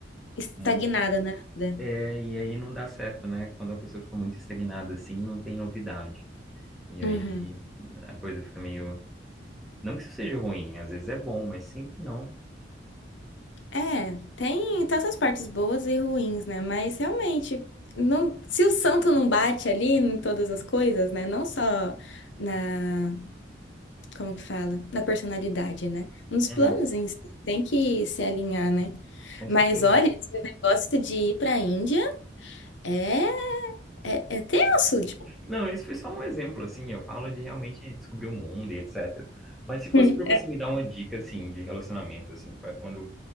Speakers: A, on the left (about 80°); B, in the centre.
A: Estagnada
B: muito.
A: na vida.
B: É, e aí não dá certo, né? Quando a pessoa fica muito estagnada, assim, não tem novidade. E aí
A: Uhum.
B: a coisa fica meio. Não que isso seja ruim, às vezes é bom, mas sempre não.
A: É, tem tantas partes boas e ruins, né? Mas realmente, não, se o santo não bate ali em todas as coisas, né? Não só na, como que fala? Na personalidade, né? Nos
B: Uhum,
A: planos em si, tem que se alinhar, né?
B: com
A: Mas
B: certeza.
A: olha, esse negócio de ir pra Índia. É É, é tenso, tipo.
B: Não, isso foi só um exemplo, assim, eu falo de realmente descobrir o mundo e etc. Mas se fosse
A: Hum.
B: para você me dar uma dica, assim, de relacionamento, assim, para quando